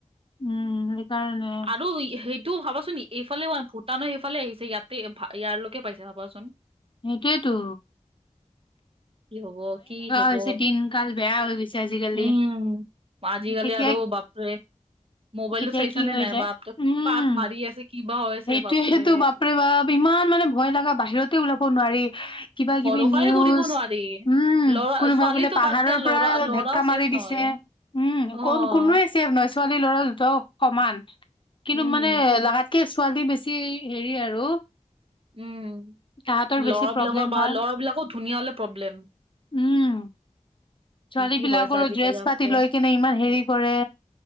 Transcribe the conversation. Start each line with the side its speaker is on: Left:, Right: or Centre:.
Left: উম, সেইকাৰণে
Right: আৰু সেইটোও ভাবাচোন এইফালেও। আমাৰ এইফালে আহিছে ইয়াতে ইয়াৰালৈকে পাইছে ভাবাচোন।
Left: সেইটোৱতো।
Right: কি হব কি হব
Left: হৈছে দিন কাল বেয়া হৈ গৈছে আজিকালি
Right: উম। পাজি কালি
Left: কেতিয়া
Right: আৰু বাপৰে। মোবাইলটো
Left: কেতিয়া
Right: চাইছানে
Left: কি হৈ
Right: নাই
Left: যায়
Right: বাপৰে
Left: উম,
Right: কাক মাৰি আছে কি বা আছে
Left: সেইটোয়েটো
Right: বাপৰে।
Left: বাপৰে বাপ ইমান মানে ভয় লগা বাহিৰতে ওলাব নোৱাৰি। কিবা
Right: ভৰসাই
Left: কিবি নিউজ
Right: কৰিব নোৱাৰি।
Left: উম
Right: ল'ৰা
Left: কোনোবা
Right: ছোৱালীটো
Left: বোলে পাহাৰৰ
Right: বাদ দিয়া ল'ৰা
Left: পৰা
Right: ল'ৰাও
Left: ধাক্কা
Right: ছেফ
Left: মাৰি। পিছে
Right: নহয়
Left: উম
Right: অ',
Left: ক কোনোৱে ছেভ নহয়। ছোৱালী ল'ৰা দুটা সমান কিন্তু
Right: উম।
Left: মানে লা। কে ছোৱালী বেছি হেৰি আৰু।
Right: উম।
Left: তাহাঁতৰ বেছি
Right: ল'ৰা
Left: প্ৰব্লেম
Right: বিলাকৰ বা
Left: হয়
Right: ল'ৰাবলাকৰ ধুনীয়া প্ৰব্লেম।
Left: উম ছোৱালী
Right: কি কি
Left: বিলাকৰো
Right: হৈছে আজিকালি
Left: ড্ৰেছ
Right: বাপৰে
Left: পাতি লৈ কেনে ইমান হেৰি কৰে।